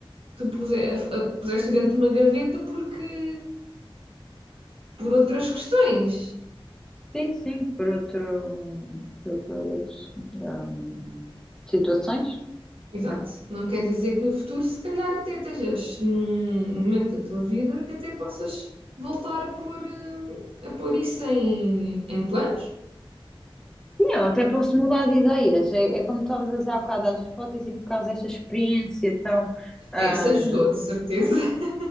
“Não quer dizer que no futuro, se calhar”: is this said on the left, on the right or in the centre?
Right